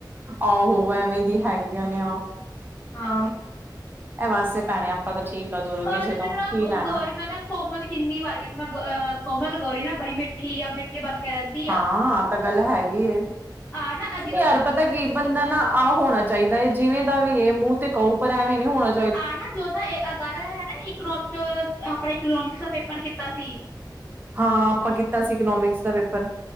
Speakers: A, on the right; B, on the left.
A: ਆਹੋ, ਐਵੇਂ ਦੀ ਹੈਗੀਆਂ ਨੇ ਆ।
B: ਹਾਂ
A: ਅ ਵਸ ਏ ਭੈਣੇ ਆਪਾਂ ਤਾਂ ਠੀਕ ਆ ਦੂਰੋ
B: ਉਹ
A: ਕਿਸੇ ਤੋਂ
B: ਮੈਨੂੰ
A: ਕੀ
B: ਨਾ
A: ਲੈਣਾ।
B: ਗੋਰੀ ਮੈਂ ਨਾ ਕੋਮਲ ਕਿੰਨੀ ਵਾਰ ਕੈਂਦੀ, ਮੈ ਅ ਕੋਮਲ ਗੋਰੀ ਨਾ ਬੜੀ ਮਿੱਠੀ ਆ ਮ ਮਿੱਠੀ ਬਨ ਕੇ ਰੈਂਦੀ
A: ਹਾਂ, ਐ ਤਾਂ ਗੱਲ ਹੈਗੀ ਏ
B: ਆ ਨਾ ਜਦੋਂ
A: ਯਾਰ ਪਤਾ ਕੀ ਬੰਦਾ ਨਾ ਹੋਣਾ ਚਾਈਦਾ ਐ ਜਿਵੇਂ ਦਾ ਵੀ ਏ ਮੂੰਹ ਤੇ ਕਓ ਪਰ ਐਵੇਂ ਨੀ ਹੋਣਾ ਚਾਇਦਾ।
B: ਆ ਨਾ ਜੋ ਨਾ ਏ ਅ ਗੱਲ ਹੈ ਨਾ ਇਕਨੋ ਆਪਣੇ ਇਕਨੋਮਿਕਸ ਦਾ ਪੇਪਰ ਕੀਤਾ ਸੀ?
A: ਹਾਂ, ਆਪਾਂ ਕੀਤਾ ਸੀ ਇਕਨੋਮਿਕਸ ਦਾ ਪੇਪਰ।